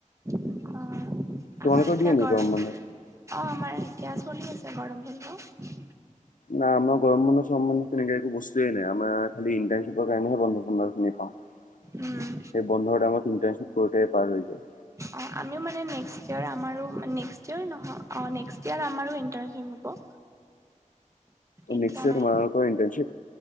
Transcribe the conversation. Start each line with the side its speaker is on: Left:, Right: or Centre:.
Right: অ আমাৰ
Left: তোমালোকৰ
Right: এতিয়া
Left: দিয়ে নেকি
Right: গৰম
Left: বন্ধ?
Right: অ আমাৰ এতিয়া চলি আছে গৰম বন্ধ
Left: না আমাৰ গৰম বন্ধ চৰম বন্ধ তেনেকে একো বস্তুৱে নাই আমাৰ খালি ইন্টাৰ্শ্বিপ কাৰণেহে বন্ধ তোমাৰ নাপাওঁ
Right: উম।
Left: সেই বন্ধৰ টাইমত ইণ্টানশ্বিপৰটে পাৰ হৈ যায়
Right: অ আমি মানে নেক্সট ইয়েৰ আমাৰো নেক্সট ইয়েৰ নহয় অ নেক্সট ইয়েৰ আমাৰো ইণ্টাৰ্শ্বিপ হ'ব। এতিয়া
Left: নেক্স ইয়েৰ
Right: নাই
Left: তোমালোকৰ ইণ্টাৰ্ণশ্বিপ?